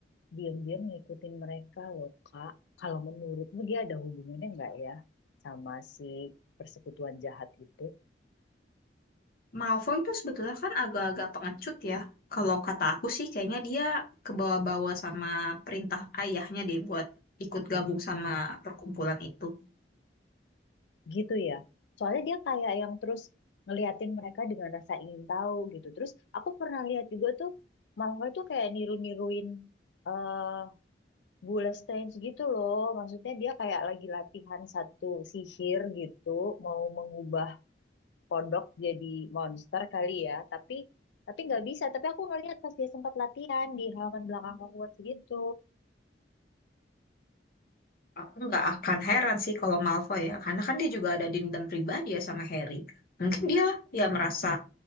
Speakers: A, on the left; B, on the left.
A: diam-diam ngikutin mereka loh, Kak. Kalau menurutmu dia ada hubungannya nggak ya sama si persekutuan jahat itu?
B: Malfoy itu sebetulnya kan agak-agak pengecut ya. Kalau kata aku sih kayaknya dia kebawa-bawa sama perintah ayahnya deh buat ikut gabung sama perkumpulan itu.
A: Gitu ya. Soalnya dia kayak yang terus ngeliatin mereka dengan rasa ingin tahu gitu. Terus aku pernah lihat juga tuh Malfoy tuh kayak niru-niruin eh Bullet gitu loh. Maksudnya dia kayak lagi latihan satu sihir gitu, mau mengubah kodok jadi monster kali ya tapi tapi nggak bisa tapi aku ngeliat pas dia sempat latihan di halaman belakang Hogwarts gitu
B: Aku nggak akan heran sih kalau Malfoy ya, karena kan dia juga ada dendam pribadi ya sama Harry. Mungkin dia ya merasa